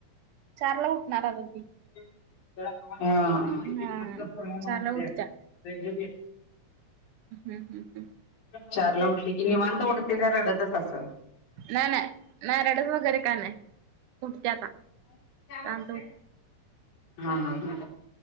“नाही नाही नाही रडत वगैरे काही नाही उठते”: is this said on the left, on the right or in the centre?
Right